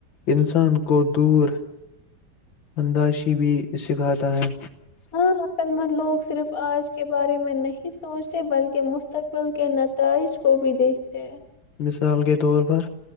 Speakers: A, on the left (about 80°); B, on the left (about 50°).
A: انسان کو دور انداشی بھی سکھاتا ہے
B: ہاں عقل مند لوگ صرف آج کے بارے میں نہیں سوچتے بلکہ مستقبل کے نتائج کو بھی دیکھتے ہیں
A: مثال کے طور پر